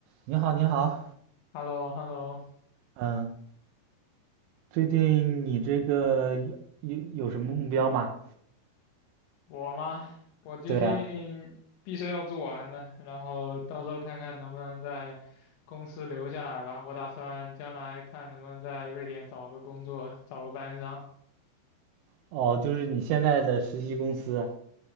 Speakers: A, on the right (about 90°); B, on the left (about 75°).
A: 你好，你好，
B: h e l l o h e l l o
A: 嗯，最近你这个有有有什么目标吗？
B: 我吗？我最近毕设要做完了，
A: 对啊，
B: 然后到时候看看能不能在公司留下来吧。我打算将来看能不能在瑞典找个工作，找个班上。
A: 哦，就是你现在的实习公司，